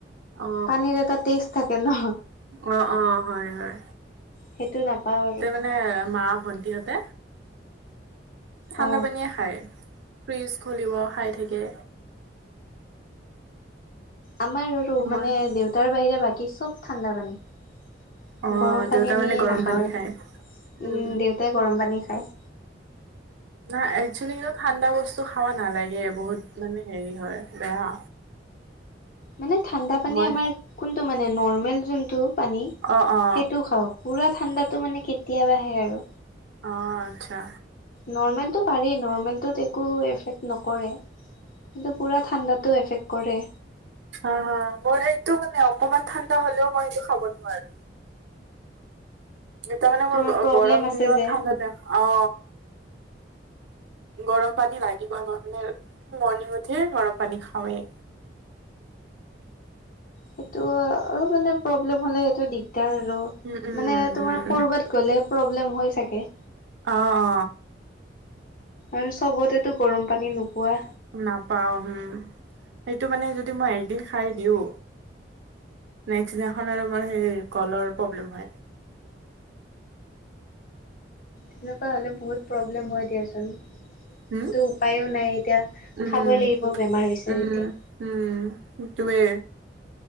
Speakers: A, on the right; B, on the left.
A: অ
B: পানীৰ এটা তেজ থাকে ন।
A: অ অ হয় হয়
B: সেইটো নাপাওঁ আৰু।
A: মানে মা ভন্টিহতে ঠা্ডা
B: অ
A: পানীয়ে খায় ফ্ৰিজ খলিব খাই থাকে।
B: আমাৰ আৰু
A: মই
B: মানে দেউতাৰ বাহিৰে বাকী সব ঠাণ্ডা পানী।
A: অ
B: গৰম
A: দেউতা
B: পানী আমি
A: মানে গৰম
B: নাখাওঁৱেই
A: পানী খায়। উম
B: দেউতাই গৰম পানী খায়।
A: নাই একচুৱেলি কিন্তু ঠাণ্ডা বস্তু খাব নালাগে বহুত মানে হেৰি হয় বেয়া।
B: মানে ঠাণ্ডা পানী
A: মই
B: আমাৰ কোনটো মানে নৰ্মেল যোনটো পানী
A: অ অ
B: সেইটোও খাও। পুৰা ঠাণ্ডাটো মানে কেতিয়াবা আহে আৰু।
A: অ আচ্ছা।
B: নৰ্মেলতটো পাৰি নৰ্মেলটোত একো এফেক্ট নকৰে। কিন্তু পুৰা ঠাণ্ডাতো এফেক্ট কৰে।
A: অ হ মোৰ সেইটো মানে অকমান ঠাণ্ডা হলেও মই সটো খাব নোৱাৰো। তাৰ মানে মোৰ
B: তোমাৰ প্ৰব্লেম
A: গৰম
B: আছে
A: দিনত
B: যে
A: ঠাণ্ডা দ অ। গৰম পানী লাগিবই মাৰ মানে মৰ্ণিঙত হে গৰম পানী খাওৱেই।
B: সেইটো অলপ মানে প্ৰব্লেম হলে সেইটো দিগদাৰ আৰু
A: উম উম
B: মানে
A: হম
B: তোমাৰ কৰবাত গ'লে প্ৰব্লেম হৈ চাগে।
A: অ অ
B: আৰু চবতেতো গৰম পানী নোপোৱা।
A: নাপাও হম সেইটো মানে যদি মই একদিন খাই দিও নেক্সট দিনাখন আৰু আমাৰ সেই গলৰ প্ৰব্লেম হয়।
B: তেনেকুৱা হ'লে বহুত প্ৰব্লেম হয় দিয়াচোন।
A: হম
B: কিন্তু উপায়ো নাই এতিয়া
A: উম
B: খাবই লাগিব বেমাৰ হৈছে
A: উম
B: এতিয়া।
A: উম সেইটোৱে।